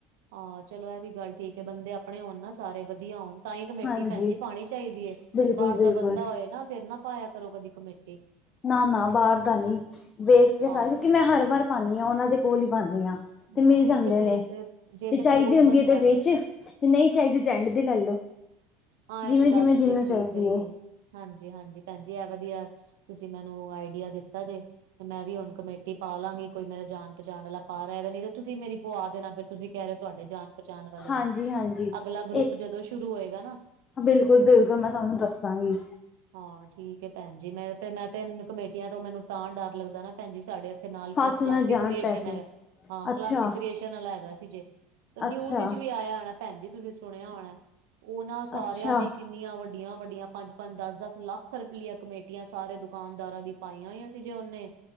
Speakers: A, on the right; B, on the left.
A: ਹਾਂ ਚਲੋ ਇਹ ਵੀ ਗੱਲ ਠੀਕ ਹੈ ਬੰਦੇ ਆਪਣੇ ਹੋਣ ਨਾ ਸਾਰੇ ਵਧੀਆ ਹੋਣ ਤਾਂ ਹੀ ਕਮੇਟ
B: ਹਾਂਜੀ
A: ਭੈਣਜੀ ਪਾਣੀ ਚਾਹੀਦੀ ਹੈ
B: ਬਿਲਕੁਲ
A: ਬਾਹਰ
B: ਬਿਲਕੁਲ
A: ਦਾ ਬੰਦਾ ਹੋਏ ਨਾ ਫਿਰ ਨਾ ਪਾਇਆ ਕਰੋ ਕਦੀ ਕਮੇਟੀ
B: ਨਾ ਨਾ ਬਾਹਰ ਦਾ ਨ ਵੇਖ ਕੇ
A: ਆਹ
B: ਸਾਰੇ ਕਿਉਂਕਿ ਮੈਂ ਹਰ ਵਾਰ ਪਾਉਂਦੀ ਹਾਂ ਉਹਨਾਂ ਦੇ ਕੋਲ ਹੀ ਪਾਉਂਦੀ ਹਾਂ ਤੇ
A: ਬਸ
B: ਮਿਲ
A: ਠੀਕ
B: ਜਾਂਦੇ
A: ਹੈ ਜੇ
B: ਨੇ
A: ਤੇ ਜੇ
B: ਤੇ ਚਾਹੀਦੀ
A: ਕਲੋਜ
B: ਹੁੰਦੀ
A: ਬੰਦਾ
B: ਹੈ ਤੇ ਵਿੱਚ ਜੇ ਨਹੀਂ ਚਾਹੀਦੀ ਤਾਂ ਐਂਡ ਤੇ ਲੈ ਲਓ
A: ਹਾਂ
B: ਜਿਵੇਂ
A: ਇਹ ਤੇ ਗੱਲ
B: ਜਿਵੇਂ
A: ਤੁਸੀਂ
B: ਜਿਹਨੂੰ
A: ਠੀਕ
B: ਚਾਹੀਦੀ
A: ਕਹੀ
B: ਹੈ
A: ਹਾਂਜੀ ਹਾਂਜੀ ਭੈਣਜੀ ਇਹ ਵਧੀਆ ਤੁਸੀਂ ਮੈਨੂੰ ਆਈਡੀਆ ਦਿੱਤਾ ਜੇ ਤੇ ਮੈਂ ਵੀ ਹੁਣ ਕਮੇਟੀ ਪਾ ਲਾਂਗੀ ਕੋਈ ਮੇਰਾ ਜਾਣ ਪਚਾਣਾ ਪਾ ਰਿਹਾ ਹੈਗਾ ਨਹੀਂ ਤੇ ਤੁਸੀਂ ਮੇਰੀ ਪੁਆ ਦੇਣਾ ਫਿਰ ਤੁਸੀਂ ਕਹਿ ਰਹੇ ਤੁਹਾਡੇ ਜਾਣ ਪਛਾਣ ਵਾਲੇ
B: ਹਾਂਜੀ
A: ਨੇ
B: ਹਾਂਜੀ
A: ਅਗਲਾ ਗਰੁੱਪ
B: ਇੱਕ
A: ਜਦੋਂ ਸ਼ੁਰੂ ਹੋਏਗਾ ਨਾ
B: ਬਿਲਕੁਲ ਬਿਲਕੁਲ ਮੈਂ ਤੁਹਾਨੂੰ ਦੱਸਾਂਗੀ
A: ਹਾਂ ਠੀਕ ਭੈਣ ਜੀ ਮੇਰੇ ਤੇ ਮੈਂ ਤੇ ਕਮੇਟੀਆਂ ਤੋਂ ਮੈਨੂੰ ਤਾਂ ਡਰ ਲੱਗਦਾ ਨਾ ਭੈਣ ਜੀ ਸਾਡੇ ਨਾਲ
B: ਫਸ
A: ਕਲਾਸਿਕ
B: ਨਾ ਜਾਣ
A: ਕ੍ਰੀਏਸ਼ਨ
B: ਪੈਸੇ
A: ਹੈਗਾ ਹਾਂ।
B: ਅੱਛਾ
A: ਕਲਾਸਿਕ ਕ੍ਰੀਏਸ਼ਨ ਚੈਨਲ ਹੈਗਾ ਸੀ, ਜੇ ਤਾਂ ਨਿਊਜ
B: ਅੱਛਾ
A: ਵਿੱਚ ਵੀ ਆਇਆ ਹੋਣਾ, ਭੈਣ ਜੀ ਤੁਸੀਂ ਸੁਣਿਆ ਹੋਣਾ ਉਹਨਾਂ ਸਾਰਿਆਂ
B: ਅੱਛਾ
A: ਦੀ ਇਕ ਇਕ ਇੰਨੀਆਂ ਵੱਡੀਆਂ- ਵੱਡੀਆਂ, ਪੰਜ -ਪੰਜ ਦਸ -ਦਸ ਲੱਖ ਰੁਪੀਆਂ ਕਮੇਟੀਆਂ ਸਾਰੇ ਦੁਕਾਨਦਾਰਾਂ ਦੀ ਪਾਈਆਂ ਹੋਈਆ ਸੀ ਜੇ ਉਹਨੇ